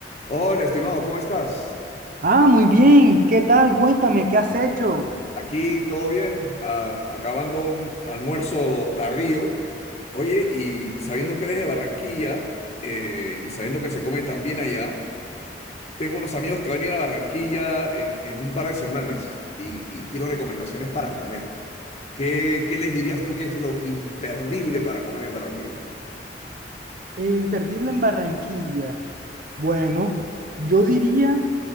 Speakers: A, on the left; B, on the right.
A: Hola, estimado, ¿cómo estás?
B: Ah, muy bien. ¿Qué tal? Cuéntame, ¿qué has hecho?
A: Aquí todo bien, Ah, acabando un almuerzo tardío. Oye, y sabiendo que eres de Barranquilla eh, y sabiendo que se come tan bien allá, tengo unos amigos que van a ir a Barranquilla en, en un par de semanas y, y quiero recomendaciones para comer. ¿Qué, qué les dirías tú que es lo imperdible para comer en Barranquilla?
B: Eh, Imperdible en Barranquilla. Bueno, yo diría